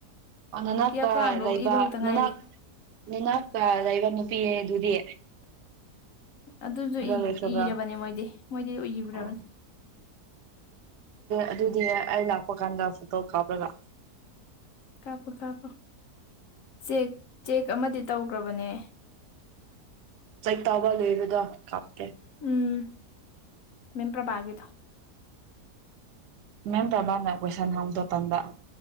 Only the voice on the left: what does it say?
ꯀꯦꯌꯔ ꯄ꯭ꯂꯥꯟꯐꯧ
ꯏꯕ ꯍꯧꯗ
ꯉꯥꯏꯔꯤ
ꯑꯗꯨꯁꯨ
ꯏꯔꯕꯅꯦ ꯃꯣꯏꯗꯤ ꯃꯣꯏꯗꯤ ꯏꯈ꯭ꯔꯕꯅꯤ
ꯀꯥꯞꯄꯨ ꯀꯥꯞꯄꯨ ꯆꯦꯛ ꯆꯦꯛ ꯑꯃꯗꯤ ꯇꯧꯈ꯭ꯔꯕꯅꯦ
ꯎꯝ ꯃꯦꯝ ꯄ꯭ꯔꯕ ꯀꯤꯗꯣ